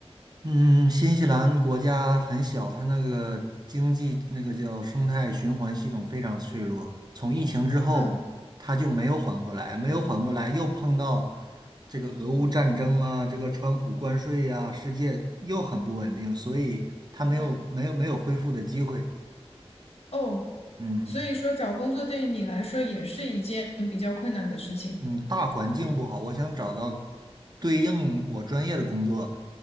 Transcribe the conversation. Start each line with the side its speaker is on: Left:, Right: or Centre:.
Right: 嗯，新西兰国家很小，它那个经济那个叫生态循环系统非常脆弱。从疫情之后，
Left: 嗯，
Right: 它就没有缓过来，没有缓过来，又碰到这个俄乌战争啊，这个川普关税呀、世界又很不稳定，所以它没有没有没有恢复的机会。
Left: 对，哦，
Right: 嗯
Left: 所以说找工作对于你来说也是一件比较困难的事情。
Right: 嗯，大环境不好，我想找到对应我专业的工作